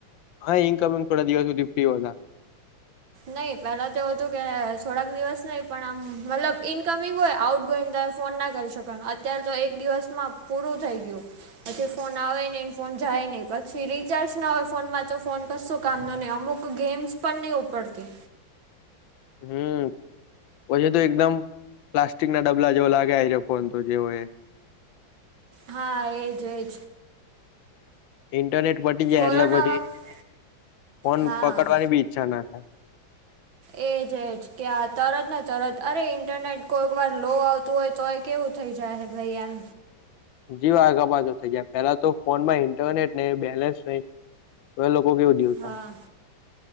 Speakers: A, on the left (about 75°); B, on the right (about 75°).
A: હા ઇન્કમિંગ થોડા દિવસ સુધી ફ્રી હતા.
B: નહીં પેલા તો એવું હતું કે થોડાક દિવસ નહી પણ આમ મતલબ ઈનકમિંગ હોય આઉટ ગોઈંગ ફોન ના કરી શકે અત્યારે તો એક દિવસમાં પૂરું થઈ ગયું. પછી ફોન આવે નહીં ફોન જાય નહીં પછી રીચાર્જ ના હોય ફોનમાં તો ફોન કશું કામનો નહીં અમુક ગેમ્સ પણ નહીં ઉપડતી.
A: હમ્મ. પછી તો એકદમ પ્લાસ્ટિક ના ડબલા જેવો લાગે આ રહ્યો ફોન તો જેવો એ
B: હા એજ એજ
A: ઇન્ટરનેટ પટી જાય
B: કોરોના
A: એટલે પછી
B: વખત
A: ફોન
B: હા
A: પકડવાની બી ઈચ્છા ના થાય.
B: એ છે જ કે આ તરત ને તરત અરે ઇન્ટરનેટ કોઈક વાર લો આવતું હોય તો કેવું થઈ જાય ભાઈ એમ
A: જીવ આગ પાછા થઇ જયા પેલા તો ફોન માં ઇન્ટરનેટ નય બેલેન્સ નય તો એ લોકો કેવું જીવતા
B: હા